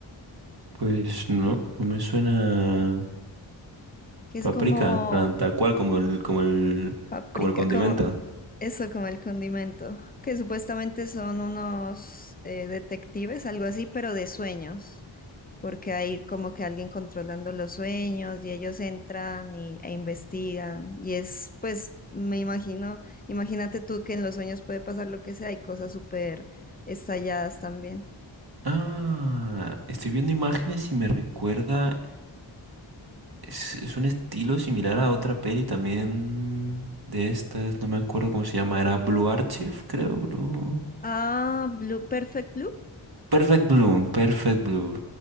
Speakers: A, on the right; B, on the left.
A: pues no, no me suena
B: que es
A: paprika,
B: como
A: en plan, tal cual como el, como el,
B: Paprika,
A: como el condimento.
B: como Eso como el condimento, que supuestamente son unos eh, detectives, algo así, pero de sueños, porque hay como que alguien controlando los sueños y ellos entran y, e investigan. Y es, pues, me imagino, imagínate tú que en los sueños puede pasar lo que sea, hay cosas súper estalladas también.
A: Ah, estoy viendo imágenes y me recuerda Es, es un estilo similar a otra peli también de estas, no me acuerdo cómo se llama, era Blue Archive, creo, Blue.
B: Ah, Blue, Perfect Blue,
A: Perfect Blue, Perfect Blue.